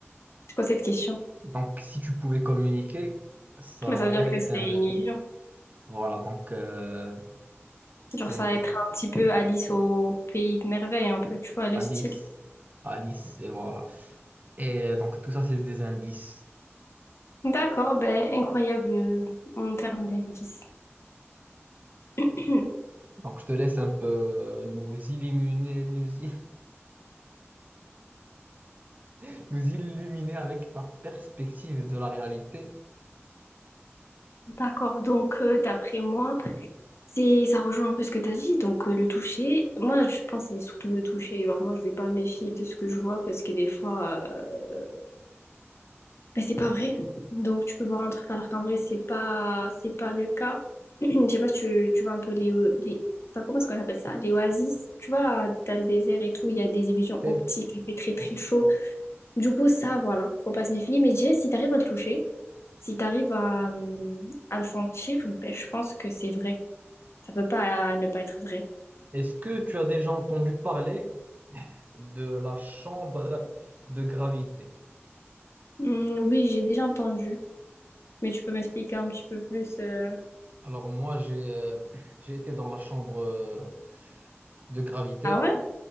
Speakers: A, on the left; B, on the right.
A: C'est quoi cette question?
B: Donc, si tu pouvais communiquer, ça
A: Mais ça veut
B: aurait
A: dire que
B: été
A: c'est
B: un rêve.
A: une illusion.
B: Voilà, donc euh, c'est
A: Genre, ça va être un petit peu Alice au pays de merveille, un peu, tu vois, le
B: Alice,
A: style.
B: Alice, et voilà. Et donc, tout ça, c'est des indices.
A: D'accord, ben, incroyable euh, en termes d'indices. <clears throat>
B: Donc, je te laisse un peu euh, nous illuminer, nous, i- <laughs> nous illuminer avec ta perspective de la réalité.
A: D'accord, donc euh, d'après moi, c'est ça rejoint un peu ce que tu as dit, donc euh, le toucher. Moi, je pense que c'est surtout le toucher. Vraiment, je vais pas me méfier de ce que je vois parce que des fois, euh, ben, c'est pas vrai. Donc tu peux voir un truc alors qu'en vrai, c'est pas c'est pas le cas. <clears throat> Je sais pas si tu, tu vois un peu les, o- les enfin, comment est-ce qu'on appelle ça? Les oasis. Tu vois, dans le désert et tout, il y a des illusions
B: Ok.
A: optiques, il fait très très
B: Donc,
A: chaud. Du coup, ça, voilà, faut pas se méfier. Mais déjà, si t'arrives à le toucher, si t'arrives à, hum, à le sentir, ben, je pense que c'est vrai. Ça peut pas euh, ne pas être vrai.
B: Est-ce que tu as déjà entendu parler? de la chambre de gravité.
A: Hum, oui, j'ai déjà entendu. Mais tu peux m'expliquer un petit peu plus. euh,
B: Alors moi, j'ai euh, j'ai été dans la chambre euh, de gravité.
A: Ah ouais?